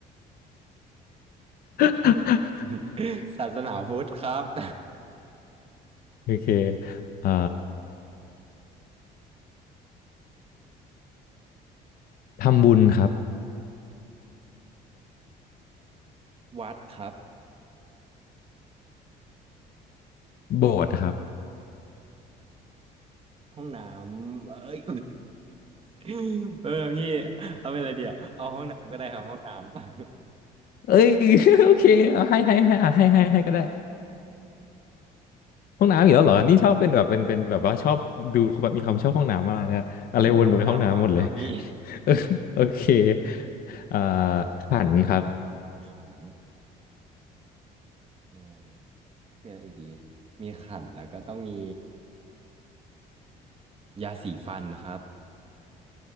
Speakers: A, on the left; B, on the right.
A: <laughs>
B: <laughs> ศาสนาพุทธครับ <laughs>
A: โอเคเอ่อทำบุญครับ
B: วัดครับ
A: โบสถ์ครับ
B: ห้องน้ำเอ้ย <laughs> เออพี่เอาเป็นอะไรเดียวเอาห้องน้ำก็ได้ครับห้องน้ำ
A: เอ้ย <laughs> โอเคเอาให้ให้ให้อ่ะให้ให้ให้ก็ได้ห้องน้ำอีกแล้วเหรอนี่ชอบเป็นแบบเป็นเป็นแบบว่าชอบดูแบบมีความชอบห้องน้ำมากนะอะไรวนไปห้องน้ำหมดเลย
B: <laughs> คิดถึงห้องน้ำวัดครับพี่
A: <laughs> เออโอเคอ่าขันครับ
B: ขัน มีอะไรอีกมีอะไรอีกดีมีขันแล้วก็ต้องมียาสีฟันครับ